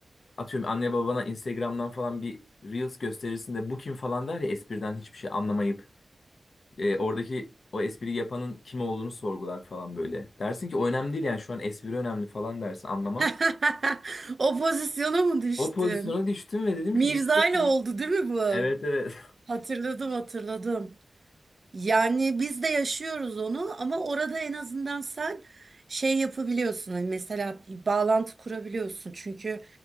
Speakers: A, on the left; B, on the right.
A: atıyorum anne babana Instagram'dan falan bir Reels gösterirsin de bu kim falan der ya espriden hiçbir şey anlamayıp e, oradaki o espriyi yapanın kim olduğunu sorgular falan böyle. Dersin ki o önemli değil yani şu an espri önemli falan dersin anlamaz.
B: <laughs> O pozisyona mı düştün?
A: O pozisyona düştüm ve dedim
B: Mirza
A: ki gerçekten.
B: ile oldu değil mi bu?
A: Evet evet.
B: Hatırladım hatırladım. Yani biz de yaşıyoruz onu ama orada en azından sen şey yapabiliyorsun. Hani mesela bir bağlantı kurabiliyorsun. Çünkü